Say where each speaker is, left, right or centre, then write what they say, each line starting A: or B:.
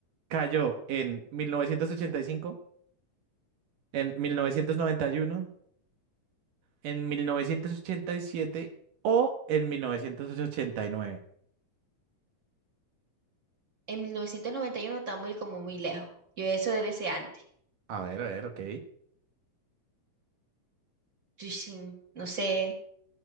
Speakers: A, on the right; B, on the right.
A: cayó en mil novecientos ochenta y cinco en mil novecientos noventa y uno en 1987 o en mil novecientos ochenta y nueve
B: En 1991 está muy como muy lejos. Yo eso debe ser antes.
A: A ver, a ver, ok.
B: Yo sí, no sé.